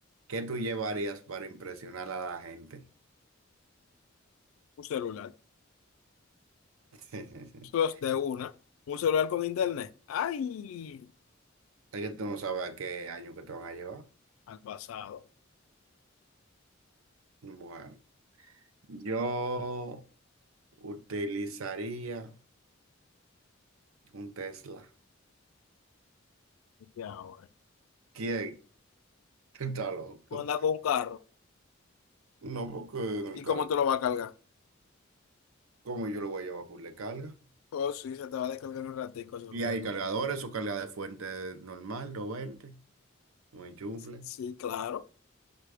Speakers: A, on the right (about 90°); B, on the left (about 80°).
A: ¿qué tú llevarías para impresionar a la gente?
B: Un celular.
A: <laughs>
B: Tú de una. Un celular con internet. ¡Ay!
A: Es que tú no sabes a qué año que te van a llevar.
B: Al pasado.
A: Bueno, yo utilizaría un Tesla.
B: Ya, ahora.
A: ¿Quién? <laughs> Tú estás loco.
B: Tú andas con un carro.
A: No, porque en el
B: ¿Y
A: carro,
B: cómo te lo vas a cargar?
A: como yo lo voy a llevar full de carga.
B: Oh, sí, se te va a descargar en un ratico, su
A: Y
B: Tesla.
A: hay cargadores o carga de fuente normal, 220, un enchufle.
B: Sí, claro.